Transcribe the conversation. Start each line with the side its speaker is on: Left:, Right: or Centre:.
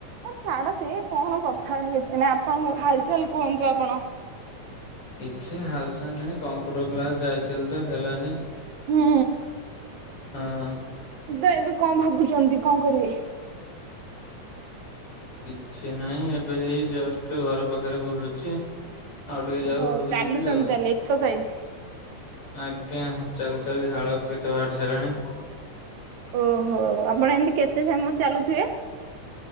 Right: ମୋ ଛାଡ ସିଏ କଣ କଥା କିଛି ନାହିଁ। ଆପଣଙ୍କ ହାଲଚାଲ କୁହନ୍ତୁ ଆପଣ?
Left: କିଛି ହାଲ ଚାଲ ନୁହେଁ କମ୍ପୁଟର କ୍ଲାସ ଯାଇଥିଲି ତ ହେଲାନି।
Right: ହୁଁ।
Left: ହଁ।
Right: ତ ଏବେ କଣ ଭାବୁଛନ୍ତି କଣ କରିବେ?
Left: କିଛି ନାହିଁ ଏବେ ହେଇ ଜଷ୍ଟ ଘର ପାଖରେ ବୁଲୁଛି। ଆଉ ଟିକେ ଯାଉ
Right: ଓହୋ
Left: ଘରକୁ
Right: ଚାଲୁଛନ୍ତି
Left: ଯିବି ଆଉ।
Right: ତାହେଲେ ଏକ୍ସରସାଇଜ
Left: ଆଜ୍ଞା। ଚାଲି ଚାଲି ଝାଳ କେତେ ବାହାରି ସାରିଲାଣି।
Right: ଓହୋ ଆପଣ ଏମତି କେତେ ସମୟ ଚାଲୁଥିବେ?